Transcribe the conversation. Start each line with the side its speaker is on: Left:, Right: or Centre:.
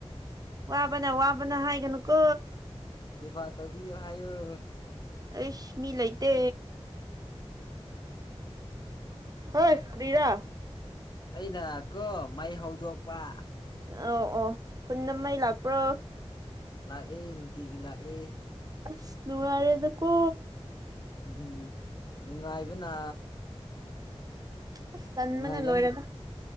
Right: ꯋꯥꯕꯅ ꯋꯥꯕꯅ ꯍꯥꯏꯒꯅꯨꯀꯣ
Left: ꯁ‌ꯦꯕꯥ ꯇꯣꯕꯤꯌꫭ ꯍꯥꯏꯌꫭ
Right: ꯑꯩꯁ ꯃꯤ ꯂꯩꯇꯦ ꯍꯣꯏ ꯀ꯭ꯔꯤꯔꯥ
Left: ꯑꯩꯅ ꯀꯣ ꯃꯩ ꯍꯧꯗꯣꯛꯄꯥ
Right: ꯑꯣ ꯑꯣ ꯈꯨꯟꯗ ꯃꯩ ꯂꯥꯛꯄ꯭ꯔꯣ
Left: ꯂꯥꯛꯑꯦ ꯅꯨꯡꯇꯤꯒꯤ ꯂꯥꯛꯑꯦ
Right: ꯑꯁ ꯅꯨꯡꯥꯏꯔꯦꯗꯥ ꯀꯣ
Left: ꯎꯝ ꯅꯨꯡꯉꯥꯏꯕꯅꯥ
Right: ꯑꯁ ꯇꯟꯕꯅꯥ
Left: ꯅꯨꯡꯉꯥꯏꯉꯟ
Right: ꯂꯣꯏꯔꯦꯕ